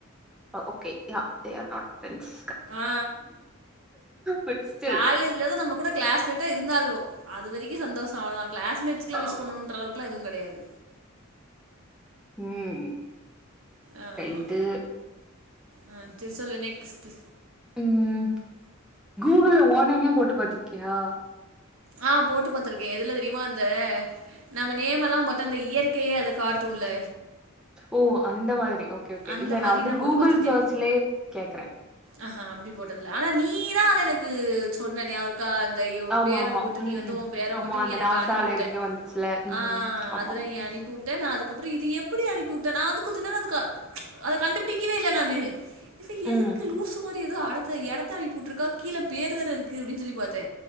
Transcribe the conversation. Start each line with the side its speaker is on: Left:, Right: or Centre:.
Centre: okay they are not friends
Right: a
Centre: but still
Right: காலேஜ்ல ஆவது நம்ம கூட கிளாஸ் மெட்டா இருந்தாலுகோ அது வரைக்கு சந்தோசோ அவ்ளோதா கிளாஸ்மெட்ஸ்கலா விஷ்
Centre: ஆமா
Right: பண்ணனுன்ற அளவுக்கு எல்லா எது கெடையாது
Centre: ம்
Right: அ
Centre: ரைட்டு
Right: ஆமா அ செரி சொல்லு நெக்ஸ்ட்டு
Centre: ம் கூகுள்ல ஓனேமே போட்டு பாத்திருக்கியா
Right: அ போட்டு பாத்துருக்கே அ எதுல தெரியுமா அந்த நம்ம நேம் எல்லா போட்ட அந்த இயற்கையே அது காட்டுல்ல
Centre: ஓ அந்த மாரி ஓகே ஓகே
Right: அந்த
Centre: இல்ல
Right: மாதிரி
Centre: நா வந்து
Right: நான்
Centre: கூகுள்
Right: போட்டு பாத்துருக்கேன்
Centre: சர்ச்லையே கேக்குற
Right: ஆஹா அப்டி போட்டதில்ல ஆனா நீதா அத எனக்கு சொன்ன நியாவகோ இருக்கா அந்த
Centre: ஆமா
Right: பேர
Centre: ஆமா
Right: போட்டு நீ
Centre: ம்
Right: வந்து உன் பேர
Centre: ஆமா
Right: போட்டு நீ
Centre: அந்த
Right: எனக்கு
Centre: நாசால
Right: அனுப்பிவிட்ட
Centre: இருந்து வந்துச்சுல ம்
Right: அ
Centre: ம் ஆமா
Right: அதுல
Centre: ஆமா
Right: நீ அனுப் போட்டே நா அதுக்கப்றோ இத எப்டி அனுப்பி உட்ட நா அதுக் கொஞ்ச நேரோ அதுக்க அத கண்டுபிடிக்கவே இல்ல நானு இப்ப எதுக்கு
Centre: ம்
Right: லூசுமா ரி எதோ அடத்த எடத்த அனுப்பி உட்ருக்கா கீழ பேரு வேற இருக்கு அப்டின் சொல்லி பாத்தே